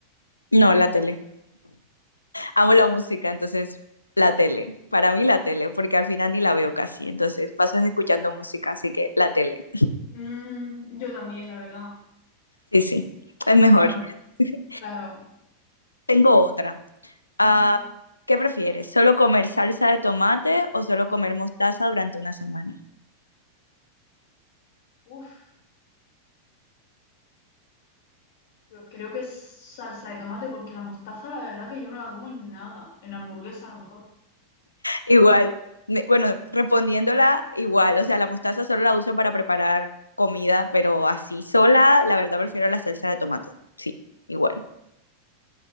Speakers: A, on the left (about 80°); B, on the left (about 50°).
A: No, la tele. Amo la música, entonces la tele. Para mí la tele, porque al final ni la veo casi. Entonces paso escuchando música, así que la tele.
B: Mm, yo también, la verdad.
A: Sí, sí.
B: Sí,
A: Es mejor.
B: claro,
A: <laughs>
B: claro.
A: Tengo otra. Ah,
B: Mm,
A: ¿qué prefieres? ¿Solo comer salsa de tomate o solo comer mostaza durante una semana?
B: uf. Creo creo que es salsa de tomate, porque la mostaza, la verdad, que yo no la como en nada. En la hamburguesa, a lo mejor.
A: Igual, me- bueno, respondiéndola igual, o sea, la mostaza solo la uso para preparar comida, pero así sola, la verdad prefiero la salsa de tomate. Sí, igual.